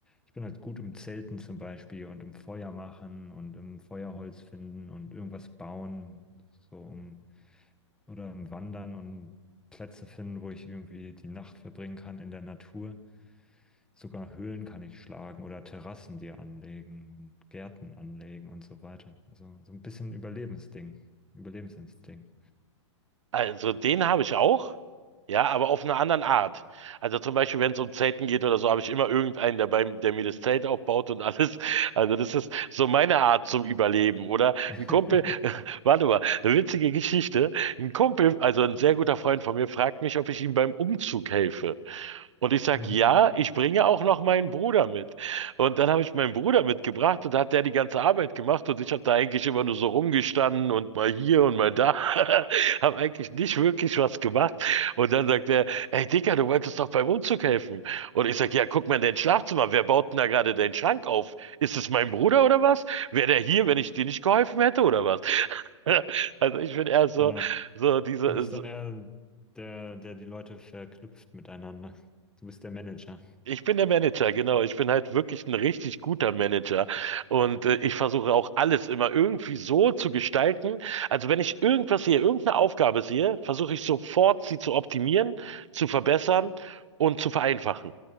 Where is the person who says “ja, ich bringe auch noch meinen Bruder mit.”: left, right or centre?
Right